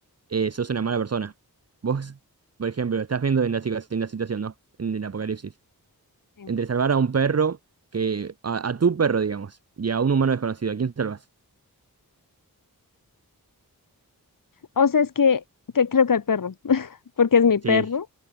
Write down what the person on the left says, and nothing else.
Sí,
O sea, es que, que creo que al perro, <laughs> porque es mi perro